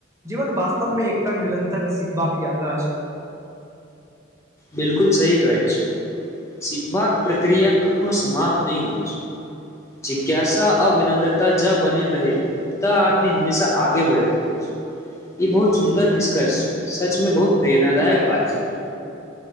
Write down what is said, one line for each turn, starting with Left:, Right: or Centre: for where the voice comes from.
Right: जीवन वास्तव मे एकटा निरंतर सिखबाक यात्रा छैय
Left: बिल्कुल सही कहै छीयै सिखबाक प्रक्रिया कखनो समाप्त नैय होइय छैय जिज्ञासा अऽ विनम्रता जाउ बनैल रही तऽ आदमी हमेशा आगे बढ़ैत ऐछ इ बहुत सुंदर निष्कर्ष सच में बहुत प्रेरणादायक बातचीत ऐ